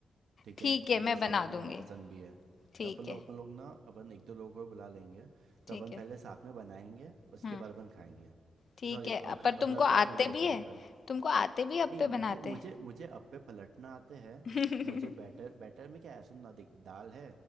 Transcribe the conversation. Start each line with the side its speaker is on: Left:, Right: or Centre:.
Right: ठीक
Left: ठीक
Right: है
Left: है
Right: मुझे
Left: मैं
Right: साउथ
Left: बना
Right: इंडियन
Left: दूंगी
Right: खाना पसंद भी है
Left: ठीक
Right: तो अपन लोग
Left: है
Right: अपन लोग ना अपन एक दो लोगों को बुला लेंगे तो
Left: ठीक
Right: अपन
Left: है
Right: पहले साथ में बनाएंगे उसके
Left: हम्म
Right: बाद अपन खाएंगे
Left: ठीक
Right: सॉरी
Left: है अ,
Right: खा
Left: पर
Right: मतलब
Left: तुमको
Right: उसके
Left: आते
Right: बाद मूवी देखेंगे
Left: भी है
Right: अपन
Left: तुमको आते भी अप्पे
Right: नहीं मुझे
Left: बनाते
Right: मुझे मुझे अप्पे पलटना आते हैं
Left: <laughs>
Right: मुझे बैटर बैटर में क्या है सुन ना देख दाल है